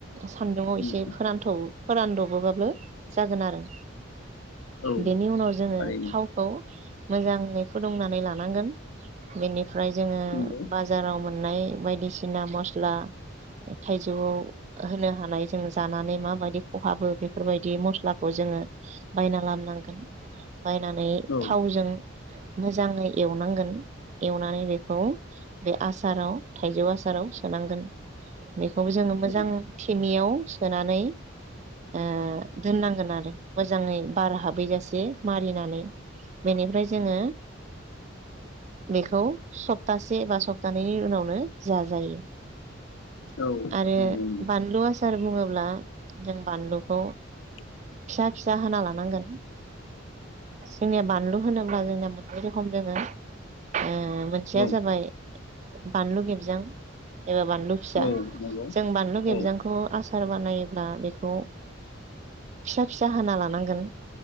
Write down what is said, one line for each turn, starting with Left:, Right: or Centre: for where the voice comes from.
Right: सान्दुङाव
Left: नंगौ
Right: एसे फोरानथौवो फोरानदबोबाबो जागोन आरो।
Left: औ
Right: बेनि उनाव जोङो
Left: थारैनो
Right: थावखौ मोजाङै फुदुंनानै लानांगोन। बेनि फ्राय जोङो
Left: नंगौ
Right: बाजाराव मोन्नाय बायदिसिना मस्ला थाइजौआव होनो हानाय जों जानानै माबायदि खहाबो बेफोरबायदि मस्लाखौ जोङो बायना लाबोनांगोन। बायनानै
Left: औ
Right: थावजों मोजाङै एवनांगोन एवनानै बेखौ बे आसाराव थाइजौ आसाराव सोनांगोन। बेखौबो जोङो मोजां
Left: औ
Right: थेमायाव सोनानै ओ दोन्नांगोन आरो। मोजाङै बार हाबैजासे मारिनानै बेनिफ्राय जोङो बेखौ सप्तासे एबा सप्तानैनि उनावनो जाजायो।
Left: औ
Right: आरो
Left: नंगौ नंगौ
Right: बानलु आसार बुङो ब्ला जों बानलुखौ
Left: <inaudible>
Right: फिसा फिसा हाना लानांगोन। जोंनिया बानलु होनोब्ला जोंनिया मोनै रोखोम दोङो। ओ मोनसेया
Left: औ
Right: जाबाय बानलु गेबजां एबा बानलु फिसा
Left: औ नंगौ
Right: जों बानलु गेबजांखौ
Left: औ
Right: आस सार बानायोब्ला बेखौ फिसा फिसा हाना लानांगोन।